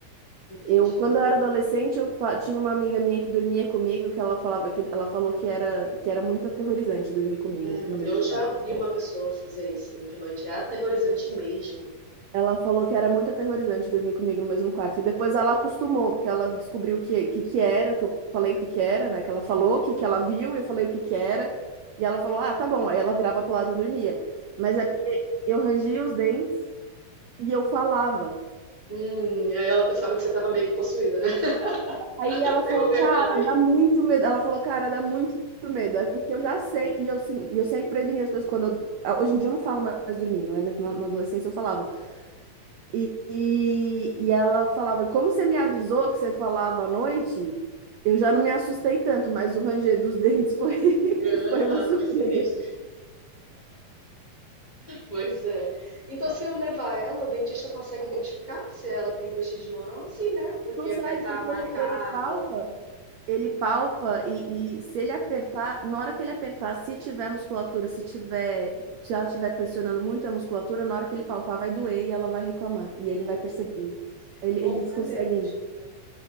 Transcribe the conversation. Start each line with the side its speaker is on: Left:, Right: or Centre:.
Left: entendi.
Right: Eu, quando eu era adolescente, eu fa- tinha uma amiga minha que dormia comigo, que ela falava que ela falou que era que era muito aterrorizante dormir comigo
Left: Hum,
Right: no mesmo
Left: Eu já
Right: quarto.
Left: vi uma pessoa fazer isso de noite. É aterrorizante mesmo.
Right: Ela falou que era muito aterrorizante dormir comigo no mesmo quarto. E depois ela acostumou, porque ela descobriu o que, que, que era, o que eu falei o que, que era, né? Que ela falou, o que, que ela viu, e eu falei o que, que era. E ela falou, ah, tá bom. Aí ela virava pro lado e dormia. Mas é porque eu rangia os dentes e eu falava.
Left: Hum, aí ela pensava que você estava meio que possuída, né?
Right: Aí
Left: <laughs>
Right: ela
Left: Tem
Right: falou,
Left: algo
Right: cara,
Left: errado aí.
Right: dá muito medo. Ela falou, cara, dá muito medo. É porque eu já sei, e eu, sim, e eu sempre prevenia as pessoas. Quando eu- hoje em dia eu não falo mais dormindo, né? Mas na, na adolescência eu falava. E, e, e ela falava, como você me avisou que você falava à noite, eu já não me assustei tanto, mas o ranger dos dentes foi, <laughs>
Left: Ah,
Right: foi uma surpresa.
Left: foi sinistro. Pois é. Então, se eu levar ela, o dentista consegue identificar se ela tem bruxismo ou não? Sim, né? Porque
Right: Consegue,
Left: vai estar
Right: porque
Left: marcado.
Right: ele, ele palpa, ele palpa e, e se ele apertar, na hora que ele apertar, se tiver musculatura, se tiver, se ela estiver pressionando muito a musculatura, na hora que ele palpar vai doer e ela vai reclamar, e ele
Left: Hum,
Right: vai perceber. Ele-
Left: bom
Right: eles
Left: saber,
Right: conseguem,
Left: vou pesquisar.